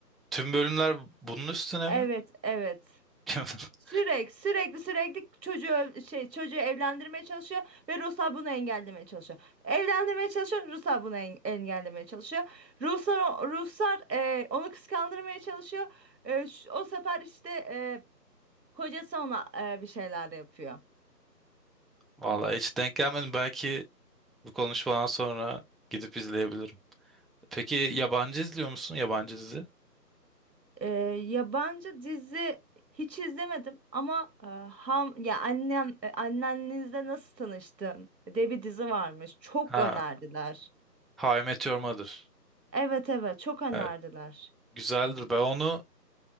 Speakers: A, in the centre; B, on the right.
A: tüm bölümler bunun üstüne
B: Evet,
A: mi?
B: evet.
A: <laughs>
B: Sürekli sürekli sürekli çocuğu öl- şey çocuğu evlendirmeye çalışıyor ve Ruslar bunu engellemeye çalışıyor. Evlendirmeye çalışıyor, Ruslar bunu en- engellemeye çalışıyor. Ruslar o- Ruslar e, onu kıskandırmaya çalışıyor. E, ş- o sefer işte e, kocası ona e, bir şeyler yapıyor.
A: Vallahi hiç denk gelmedim. Belki bu konuşmadan sonra gidip izleyebilirim. Peki yabancı izliyor musun? Yabancı dizi?
B: E, yabancı dizi hiç izlemedim ama e, ham ya annem e, annenizle nasıl tanıştın diye bir dizi varmış. Çok
A: Ha,
B: önerdiler.
A: How I Met Your Mother.
B: Evet evet çok önerdiler.
A: Evet, güzeldir. Ben onu